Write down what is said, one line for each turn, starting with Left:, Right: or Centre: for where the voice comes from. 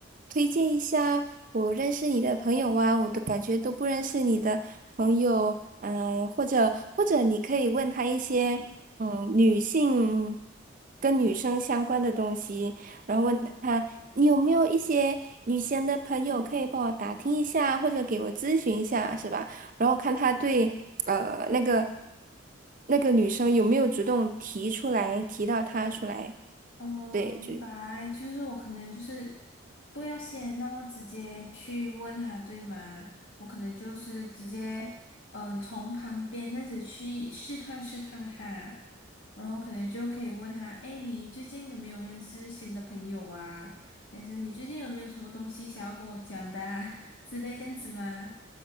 Right: 推荐一下我认识你的朋友啊？我都感觉都不认识你的朋友，嗯、或者或者你可以问他一些嗯女性跟女生相关的东西。然后问他你有没有一些女生的朋友可以帮我打听一下，或者给我咨询一下，是吧？然后看他对呃那个那个女生有没有主动提出来，提到他出来，
Left: 哦，
Right: 对，
Left: 明白，
Right: 就。
Left: 就是我可能就是不要先那么直接去问他，对吗？我可能就是直接，嗯、从旁边这样子去试探试探他，然后可能就可以问他，哎，你最近有没有认识新的朋友啊？还是你最近有没有什么东西想要跟我讲的啊？<laughs> 之类这样子吗？